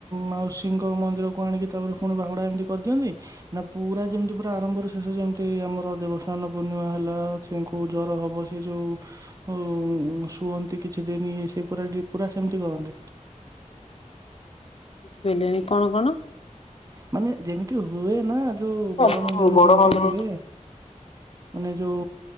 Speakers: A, on the right; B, on the left.
A: ମାଉସୀଙ୍କ ମନ୍ଦିରକୁ ଆଣିକି, ତା ପରେ ପୁଣି ବାହୁଡ଼ା ଏମିତି କରିଦିଅନ୍ତି? ନା ପୁରା ଯେମିତି ପୁରା ଆରମ୍ଭରୁ ଶେଷ ଯେମିତି ଆମର ଦେବସ୍ନାନ ପୂର୍ଣ୍ଣିମା ହେଲା ତାଙ୍କୁ ଜ୍ୱର ହବ ସେ ଯୋଉ ଉ ରୁହନ୍ତି କିଛି ଦିନି, ଇଏ ସିଏ, ପୁରା ଡ଼ି ପୁରା ସେମିତି କରନ୍ତି?
B: ବେଲେଣି କଣ କଣ?
A: ମାନେ ଯେମିତି ହୁଏ ନାଁ ଯୋଉ
B: ସବୁ
A: ବଡ଼ ମନ୍ଦିରରେ
B: ବଡ
A: ଯେମିତି
B: ମନ୍ଦିର
A: ହୁଏ।
B: <inaudible>
A: ମାନେ ଯୋଉ